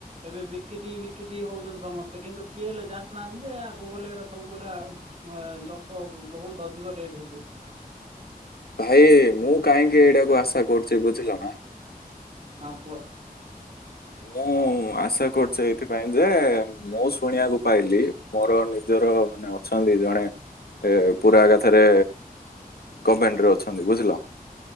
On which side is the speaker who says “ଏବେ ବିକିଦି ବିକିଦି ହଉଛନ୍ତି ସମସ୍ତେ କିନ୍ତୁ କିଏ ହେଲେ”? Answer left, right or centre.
Right